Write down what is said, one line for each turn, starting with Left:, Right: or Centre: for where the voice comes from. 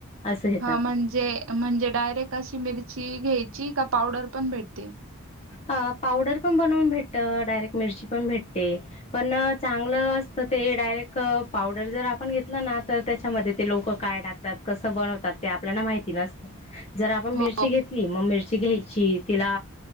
Left: असं घेतात
Right: हा म्हणजे म्हणजे डायरेक्ट अशी मिरची घ्यायची का पावडर पण भेटते?
Left: ह पावडर पण बनवून भेट डायरेक्ट मिरची पण भेटते पण चांगलं ते डायरेक्ट पावडर जर आपण घेतला ना तर त्याच्यामध्ये ते लोक काय टाकतात कसं बनवतात ते आपल्याला माहिती नसत जर आपण
Right: हो
Left: मिरची घेतली मग मिरची घ्यायची तिला